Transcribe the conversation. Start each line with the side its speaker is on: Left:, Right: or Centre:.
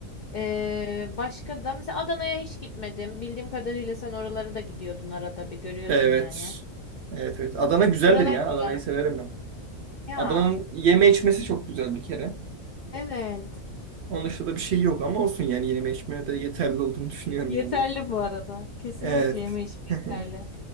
Left: Ee, başka da mesela Adana'ya hiç gitmedim. Bildiğim kadarıyla sen oralara da gidiyordun arada bir görüyordum
Right: Evet.
Left: yani.
Right: Evet evet. Adana güzeldir
Left: Oralar
Right: ya. Adana'yı
Left: güzel.
Right: severim ben.
Left: Ya
Right: Adana'nın yeme içmesi çok güzel bir kere.
Left: Evet.
Right: Onun dışında da bir şey yok ama olsun yani yeme içme de yeterli olduğunu düşünüyorum
Left: Yeterli
Right: bence.
Left: bu arada. Kesinlikle
Right: Evet.
Left: yeme içme
Right: <laughs>
Left: yeterli.